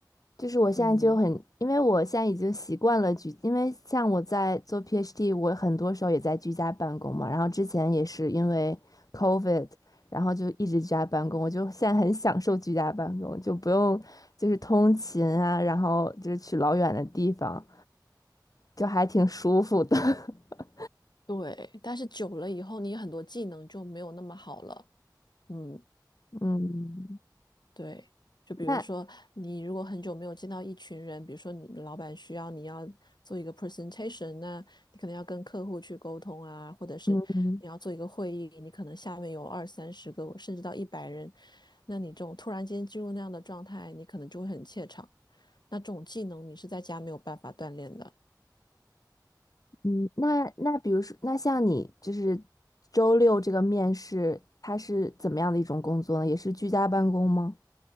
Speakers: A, on the left; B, on the left.
A: 就是我现在就很，
B: 嗯，
A: 因为我现在已经习惯了居，因为像我在做 PhD，我很多时候也在居家办公嘛。然后之前也是因为 COVID，然后就一直居家办公，我就现在很享受居家办公，就不用就是通勤啊，然后就是去老远的地方，就还挺舒服的。<laughs>
B: 对，但是久了以后，你很多技能就没有那么好了。嗯，
A: 嗯，
B: 对，就比如说，
A: 那
B: 你如果很久没有见到一群人，比如说你的老板需要你要做一个 presentation，那你可能要跟客户去沟通啊，或者是你要做一个会议，
A: 嗯
B: 你可能下面有二三十个，甚至到一百人，那你这种突然间进入那样的状态，你可能就会很怯场。那这种技能你是在家没有办法锻炼的，
A: 嗯，那那比如说，那像你就是周六这个面试，它是怎么样的一种工作呢？也是居家办公吗？